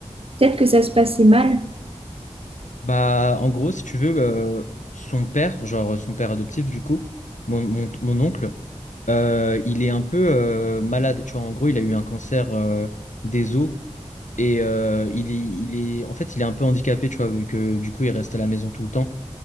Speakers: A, on the right (about 50°); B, on the left (about 80°).
A: Peut-être que ça se passait mal.
B: Bah, en gros, si tu veux, euh, son père, genre son père adoptif, du coup, mon, mon, mon oncle, euh, il est un peu euh, malade. Tu vois, en gros, il a eu un cancer euh, des os Et euh, il est, il est, en fait, il est un peu handicapé, tu vois, vu que du coup, il reste à la maison tout le temps